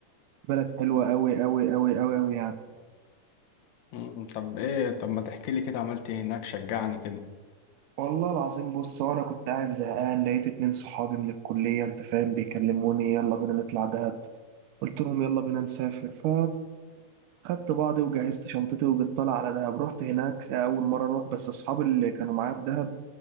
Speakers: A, on the right; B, on the left.
A: بلد حلوه قوي قوي قوي قوي قوي يعني
B: مم، طب ايه طب ما تحكي لي كده عملت ايه هناك شجعني كده
A: والله العظيم بص وانا كنت قاعد زهقان لقيت اتنين صحابي من الكليه انت فاهم بيكلموني يلا بينا نطلع دهب قلت لهم يلا بينا نسافر ف خدت بعضي وجهزت شنطتي وبالطلع على دهب رحت هناك أول مرة أروح بس أصحابي اللي كانوا معايا في دهب